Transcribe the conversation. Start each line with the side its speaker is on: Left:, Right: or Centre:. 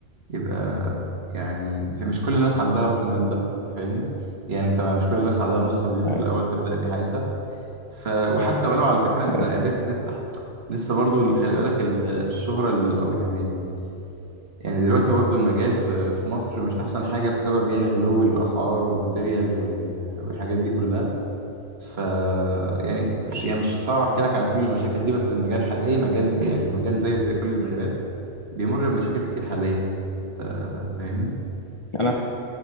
Right: يبقى يعني مش كل الناس عندها راس المال ده انت فاهمني يعني انت مش كل الناس عندها نص مليون
Left: أيوة،
Right: في الاول تبدا بيه حياتها ف وحتى ولو على فكره انت
Left: أيوة.
Right: قدرت تفتح لسه برضو ال- خلي بالك ال- الشهره ال- او يعني ال... يعني دلوقتي برضو المجال في في مصر مش احسن حاجه بسبب يعني غلو الاسعار والماتيريال وال... والحاجات دي كلها ف يعني مش يعني مش صعب احكي لك عن كل المشاكل دي بس المجال حال اي مجال يعني <laughs> مجال زيه زي كل المجالات بيمر بمشاكل كتير حاليا انت فاهمني
Left: انا